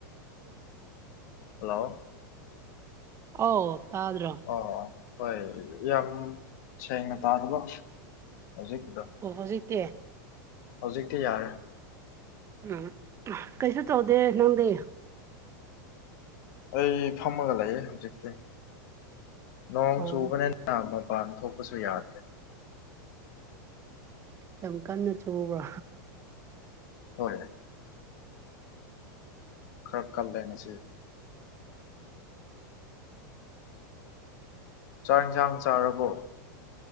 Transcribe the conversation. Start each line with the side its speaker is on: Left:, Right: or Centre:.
Left: ꯍꯜꯂꯣ
Right: ꯑꯧ ꯇꯥꯗ꯭ꯔꯣ
Left: ꯑꯣ ꯍꯣꯏ ꯌꯥꯝ ꯁꯦꯡꯅ ꯇꯥꯗꯕ ꯍꯧꯖꯤꯛꯀꯤꯗꯣ
Right: ꯑꯣ ꯍꯧꯖꯤꯛꯇꯤ
Left: ꯍꯧꯖꯤꯛꯇꯤ ꯌꯥꯔꯦ
Right: ꯎꯝ ꯀꯩꯁꯨ ꯇꯧꯗꯦ ꯅꯪꯗꯤ
Left: ꯑꯩ ꯐꯝꯃꯒ ꯂꯩꯑꯦ ꯍꯧꯖꯤꯛꯇꯤ ꯅꯣꯡ
Right: ꯑꯣ
Left: ꯆꯨꯕꯅꯤꯅ ꯃꯄꯥꯟ ꯊꯣꯛꯄꯁꯨ ꯌꯥꯗꯦ
Right: ꯌꯥꯝ ꯀꯟꯅ ꯆꯨꯕ꯭ꯔꯣ
Left: ꯍꯣꯏ ꯈꯔ ꯀꯜꯂꯦ ꯉꯁꯤ ꯆꯥꯛ ꯏꯟꯁꯥꯡ ꯆꯥꯔꯕꯣ